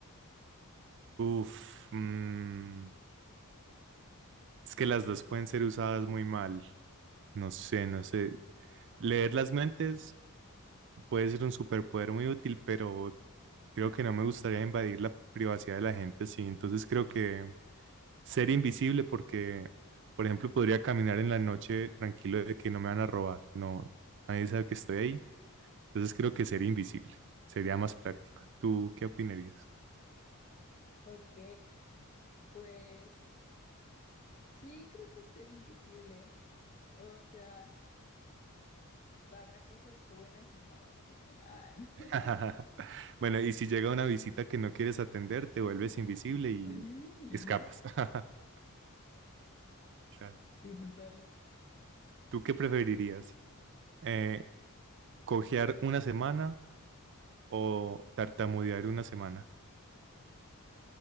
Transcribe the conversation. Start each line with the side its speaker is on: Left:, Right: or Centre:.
Right: Uf, mm, es que las dos pueden ser usadas muy mal. No sé, no sé. Leer las mentes puede ser un superpoder muy útil, pero creo que no me gustaría invadir la privacidad de la gente, sí. Entonces creo que ser invisible porque, por ejemplo, podría caminar en la noche tranquilo de que no me van a robar. No, nadie sabe que estoy ahí. Entonces creo que ser invisible sería más práctico. ¿Tú qué opinarías?
Left: Ok, pues sí, creo que ser invisible. O sea, para cosas buenas y malas también. Ah, <laughs>
Right: <laughs> Bueno, y si llega una visita que no quieres atender, te vuelves invisible y
Left: invisible
Right: escapas.
Left: y ya.
Right: <laughs> Claro.
Left: Sí, total.
Right: ¿Tú qué preferirías? Eh, ¿cojear una semana o tartamudear una semana.